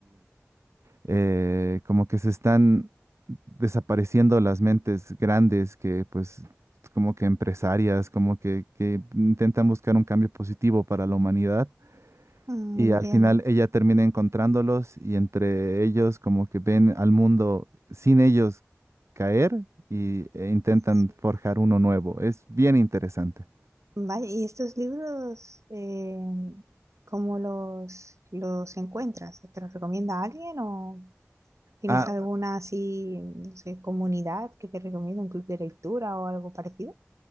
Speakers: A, on the right (about 65°); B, on the right (about 80°).
A: eh, como que se están desapareciendo las mentes grandes que pues como que empresarias, como que, que intentan buscar un cambio positivo para la humanidad
B: Mm,
A: y
B: entiendo.
A: al final ella termina encontrándolos y entre ellos como que ven al mundo sin ellos caer y, e intentan
B: Sí.
A: forjar uno nuevo. Es bien interesante.
B: Vaya, ¿y estos libros eh, cómo los, los encuentras? ¿Te los recomienda alguien o tienes
A: Ah,
B: alguna así, no sé, comunidad que te recomienda, un club de lectura o algo parecido?